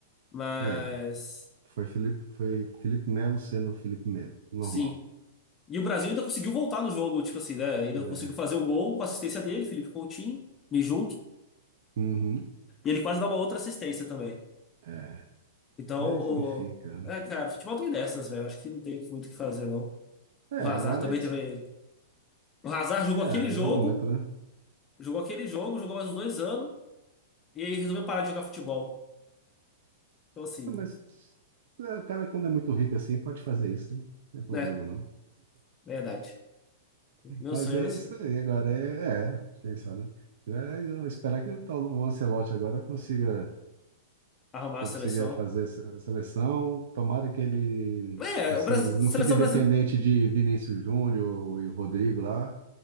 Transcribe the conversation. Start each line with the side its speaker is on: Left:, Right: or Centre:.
Left: Mas.
Right: É. Foi Felipe, foi Felipe Melo sendo Felipe Melo. Normal.
Left: Sim. E o Brasil ainda conseguiu voltar no jogo, tipo assim, né? Ainda
Right: É.
Left: conseguiu fazer o gol com a assistência dele, Felipe Coutinho, me julgue.
Right: Uhum,
Left: E ele quase dá uma outra assistência também.
Right: é.
Left: Então,
Right: Mas
Left: o-
Right: enfim, cara.
Left: é, cara, futebol tem dessas, velho. Acho que não tem muito o que fazer, não.
Right: É,
Left: O Hazard
Right: agora
Left: também
Right: é, es-
Left: teve. O Hazard jogou
Right: é,
Left: aquele
Right: joga
Left: jogo,
Right: muito, né?
Left: jogou aquele jogo, jogou mais uns dois anos, e aí resolveu parar de jogar futebol. Então, assim,
Right: Ah, Mas é, o cara, quando é muito rico assim, pode fazer isso, né? Não tem problema,
Left: né?
Right: não.
Left: Verdade. Meu
Right: Mas
Left: sonho
Right: é
Left: era
Right: isso aí, agora é, é, quem sabe? É, eu esperar que o tal o Ancelotti agora consiga,
Left: arrumar
Right: consiga
Left: a seleção.
Right: fazer essa seleção. Tomara que ele,
Left: É,
Right: assim,
Left: o Brasil,
Right: não
Left: seleção
Right: fique dependente
Left: brasileira.
Right: de Vinícius Júnior e Rodrigo lá.